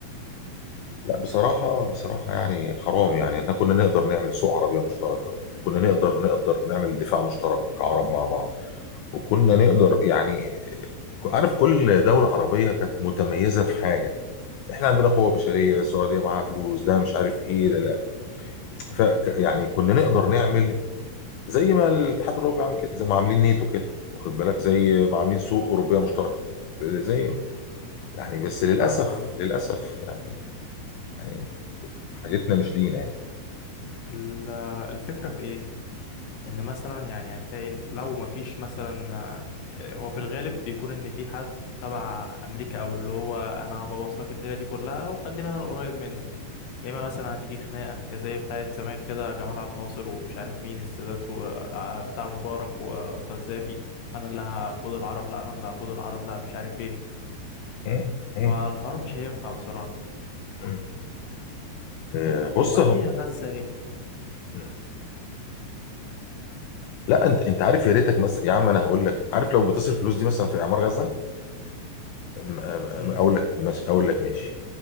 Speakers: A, on the left (about 90°); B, on the left (about 70°).
A: لا بصراحه بصراحه يعني حرام يعني احنا كنا نقدر نعمل سوق عربيه مشتركه كنا نقدر نقدر نعمل دفاع مشترك كعرب مع بعض وكنا نقدر يعني عارف كل دوله عربيه كانت متميزه في حاجه احنا عندنا
B: مم.
A: قوة بشرية السعودية معاها فلوس ده مش عارف ايه ده لا ف يعني كنا نقدر نعمل زي ما الاتحاد الاوروبي عامل كده زي ما عاملين نيتو كده واخد بالك زي ما عاملين سوق اوروبيه مشتركه زي يعني بس للاسف
B: آه.
A: للاسف يعني يعني حاجتنا مش لينا يعني
B: ال- الفكره في ايه ان مثلا يعني هتلاقي لو مفيش مثلا آه، هو في الغالب بيكون ان في حد تبع امريكا او اللي هو انا هبوظ لك الليله دي كلها وخلينا انا القريب منك يا اما مثلا هتيجي خناقه زي بتاعه زمان كده جمال عبد الناصر ومش عارف مين السادات وبتاع مبارك والقذافي انا اللي هقود العرب لا انا اللي هقود العرب لا مش عارف ايه
A: مم. مم.
B: فالحوار مش هينفع بصراحه
A: مم. آه، بص
B: وبعديها
A: هو
B: غزه ايه
A: مم. لا انت انت عارف يا ريتك مثلا يا عم انا هقول لك عارف لو بتصرف الفلوس دي مثلا في اعمار غزه م-
B: امم
A: م- اقول لك ماشي اقول لك ماشي